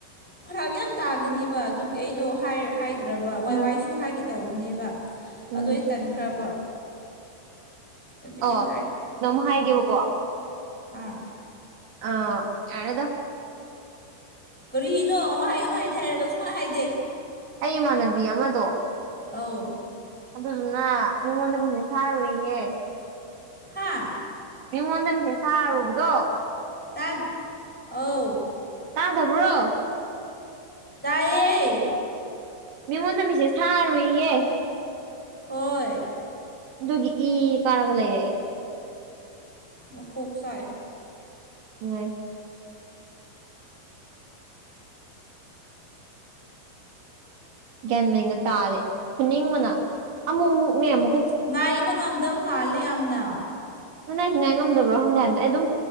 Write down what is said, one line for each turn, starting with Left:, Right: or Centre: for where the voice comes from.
Centre: ꯐꯔꯥꯛ ꯌꯥꯝ ꯇꯥꯒꯅꯤꯕ ꯑꯗꯨꯒꯤ ꯑꯩꯗꯣ ꯍꯥꯏꯗ꯭ꯔꯕ ꯋꯥꯏ
Right: ꯎꯝ
Centre: ꯋꯥꯏꯁꯨ ꯍꯥꯏꯒꯦ ꯇꯧꯕꯅꯦꯕ
Right: ꯎꯝ
Centre: ꯑꯗꯨꯏ ꯇꯟꯈ꯭ꯔꯕ ꯑꯗꯨꯒꯤ
Right: ꯑ ꯅꯣꯡꯃ ꯍꯥꯏꯒꯦꯀꯣ
Centre: ꯍꯥꯥ
Right: ꯑ ꯍꯔꯗ
Centre: ꯀꯔꯤꯅꯣ ꯑꯃ ꯍꯥꯏ ꯑꯃ ꯍꯥꯏꯗꯤꯦ ꯍꯥꯏꯔꯒ ꯁꯨꯡꯉ ꯍꯥꯏꯗꯦ
Right: ꯑꯩ ꯏꯃꯥꯟꯅꯕꯤ ꯑꯃꯗꯣ
Centre: ꯑ
Right: ꯑꯗꯨꯗꯨꯅ ꯃꯤꯉꯣꯟꯗꯁꯤꯅ ꯁꯥꯔꯨꯏꯌꯦꯦ
Centre: ꯍꯥꯥ
Right: ꯃꯤꯉꯣꯟꯗꯪ ꯍꯦ ꯁꯥꯔꯨꯕꯗꯣ
Centre: ꯇꯥꯛ ꯑ
Right: ꯇꯥ ꯇꯕ꯭ꯔꯣ
Centre: ꯇꯌꯦꯦ
Right: ꯃꯤꯉꯣꯟꯗ ꯃꯤꯠꯁꯦ ꯁꯥꯔꯨꯏꯌꯦ
Centre: ꯍꯣꯏ
Right: ꯑꯗꯨꯒꯤ ꯏ ꯀꯥꯔꯒ ꯂꯩꯔꯛꯦ
Centre: ꯃꯨꯀꯣꯛ ꯁꯥꯏ
Right: ꯍꯣꯏ ꯒ꯭ꯌꯥꯟꯃꯤꯦꯟꯅ ꯇꯥꯔꯦ ꯈꯨꯅꯤꯡꯕꯅ ꯑꯃꯨꯛ ꯑꯃꯨꯛꯅꯦ ꯑꯃꯨꯛ
Centre: ꯉꯥꯏꯕ ꯉꯝꯗꯕ ꯃꯥꯜꯂꯦ ꯌꯥꯝꯅ
Right: ꯁꯉꯥꯏꯁꯨ ꯉꯥꯏ ꯉꯝꯗꯕ꯭ꯔꯣ ꯍꯪꯗꯥꯏꯝꯗ ꯑꯩ ꯑꯗꯨꯝ